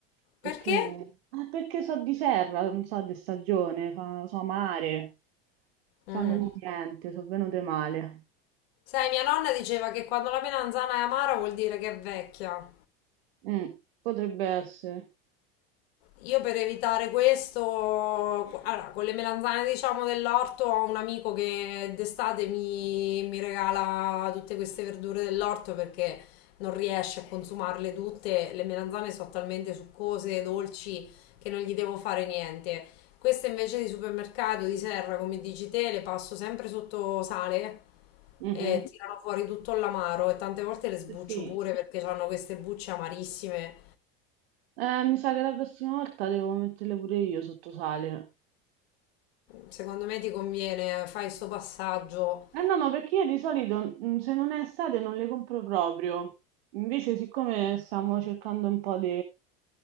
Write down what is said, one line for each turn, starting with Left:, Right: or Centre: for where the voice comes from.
Right: perché,
Left: Perché?
Right: eh, perché so di serra, non so di stagione, fa- so mare, sanno
Left: Mm.
Right: di niente, sono venute male.
Left: Sai, mia nonna diceva che quando la melanzana è amara vuol dire che è vecchia.
Right: Mm, potrebbe essere.
Left: Io per evitare questo, allora, con le melanzane diciamo dell'orto ho un amico che d'estate mi, mi regala tutte queste verdure dell'orto perché non riesce a consumarle tutte, le melanzane sono talmente succose, dolci, che non gli devo fare niente. Queste invece di supermercato, di serra, come dici te, le passo sempre sotto sale
Right: Mhm.
Left: e tirano fuori tutto l'amaro e tante volte le sbuccio
Right: Eh Sì.
Left: pure perché hanno queste bucce amarissime
Right: Eh, mi sa che la prossima volta devo metterle pure io sotto sale.
Left: secondo me ti conviene, fai sto passaggio.
Right: Eh no, ma perché io di solito mm, se non è estate non le compro proprio. Invece, siccome stiamo cercando un po' di,